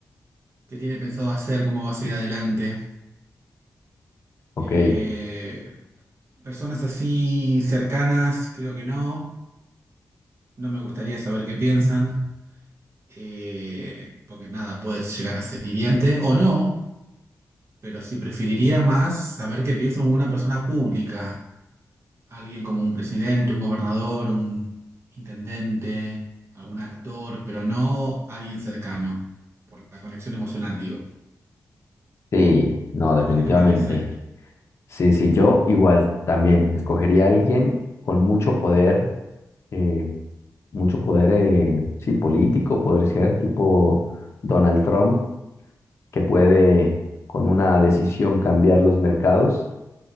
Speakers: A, on the right; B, on the left.
A: qué tiene pensado hacer, cómo va a seguir adelante.
B: Ok,
A: Eh, Personas así cercanas, creo que no. No me gustaría saber qué piensan, eh, porque nada, puede llegar a ser hiriente o no, pero sí preferiría más saber qué piensa una persona pública, alguien como un presidente, un gobernador, un intendente, algún actor, pero no alguien cercano, por la conexión emocional, digo.
B: sí, no,
A: ¿A
B: definitivamente.
A: vos qué te parece?
B: Sí, sí, yo igual también escogería a alguien con mucho poder, eh, mucho poder, eh, sí, político, poder ser, tipo Donald Trump, que puede con una decisión cambiar los mercados.